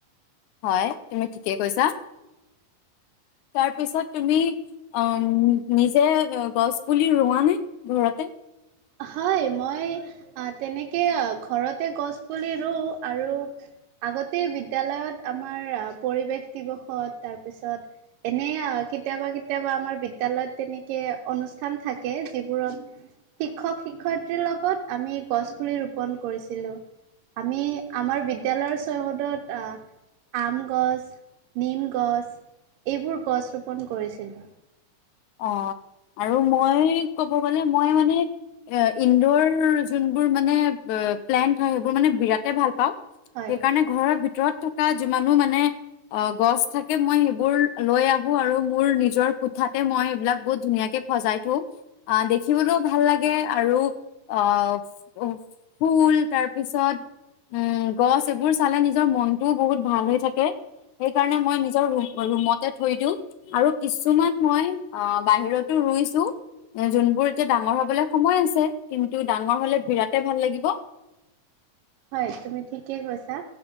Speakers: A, on the left; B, on the right.
A: হয় তুমি ঠিকে কৈছা।
B: <unintelligible>
A: তাৰ পিছত তুমি অ', নিজে গছ পুলি ৰুৱা নে ঘৰতে?
B: হয়, মই তেনেকে ঘৰতে গছ পুলি ৰুওঁ আৰু আগতে বিদ্যালয়ত আমাৰ পৰিৱেশ দিৱসত তাৰপিছত এনে আৰু কেতিয়াবা কেতিয়াবা আমাৰ বিদ্যালয়ত তেনেকে অনুষ্ঠান থাকে, যিবোৰত শিক্ষক শিক্ষয়িত্ৰীৰ লগত আমি গছ পুলি ৰোপন কৰিছিলো। আমি আমাৰ বিদ্যালয়ৰ চৈহদত আহ আম গছ, নিম গছ, এইবোৰ গছ ৰোপন কৰিছিলোঁ।
A: অ আৰু মই ক'ব গ'লে মই মানে এ ইন্দোৰ যোনবোৰ মানে। পেলন্ত হয় সেইবোৰ মানে বিৰা ভাল পাওঁ
B: হয়।
A: সেইকাৰণে ঘৰৰ ভিতৰত থকা যিমানো। অ গছ থাকে মই সেইবোৰ লৈ আহো। আৰু মোৰ নিজৰ কোঠাত। মই এইবিলাক বহুত ধুনীয়াকে সজাই থওঁ। আহ দেখিবলৈও ভাল লাগে আৰু অ। অ ফুল তাৰপিছত। উম গছ এইবোৰ চালে নিজৰ মনটোও বহুত ভাল হৈ থাকে। সেইকাৰণে মই নিজৰ ৰুমতে থৈ দিওঁ আৰু কিছুমান। মই অ বাহিৰতো ৰুইছো। যোনবোৰ এতিয়া ডাঙৰ হবলৈ সময় আছে কিন্তু ডাঙৰ হলে বিৰাট ভাল লাগিব
B: হয় তুমি ঠিকেই কৈছা।